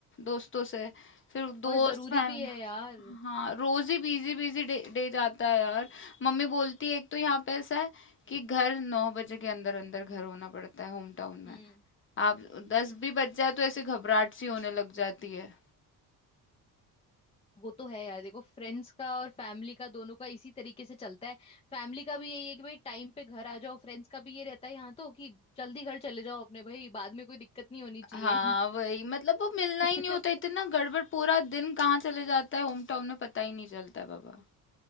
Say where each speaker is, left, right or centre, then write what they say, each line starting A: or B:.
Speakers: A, on the left (about 30°); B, on the left (about 15°).
A: दोस्तों से फिर
B: और
A: दोस्त
B: जरूरी
A: फैमिली
B: भी है यार
A: हाँ रोज ही बिजी बिजी डे, डे जाता है यार मम्मी बोलती है एक तो यहाँ पे ऐसा है कि घर नौ बजे के अंदर अंदर घर होना पड़ता है होम टाउन
B: हम्म
A: में आप दस भी बज जाए तो ऐसे घबराहट सी होने लग जाती है
B: वो तो है यार देखो फ्रेंड्स का और फैमिली का दोनों का इसी तरीके से चलता है फैमिली का भी यही है कि भाई टाइम पे घर आ जाओ फ्रेंड्स का भी ये रहता है यहाँ तो कि जल्दी घर चले जाओ अपने भाई बाद में कोई दिक्कत नहीं होनी चाहिए
A: हाँ वही मतलब वो मिलना
B: <laughs>
A: ही नहीं होता इतना गड़बड़ पूरा दिन कहाँ चले जाता है होम टाउन में पता ही नहीं चलता है बाबा